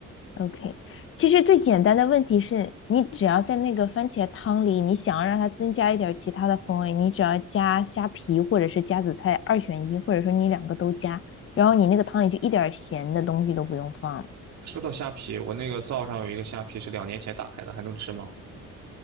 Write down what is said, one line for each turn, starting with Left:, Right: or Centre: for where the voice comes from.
Left: OK，其实最简单的问题是你只要在那个番茄汤里，你想要让它增加一点儿其他的风味，你只要加虾皮或者是加紫菜，二选一，或者说你两个都加，然后你那个汤里就一点儿咸的东西都不用放了。
Right: 说到虾皮，我那个灶上有一个虾皮是两年前打开的，还能吃吗？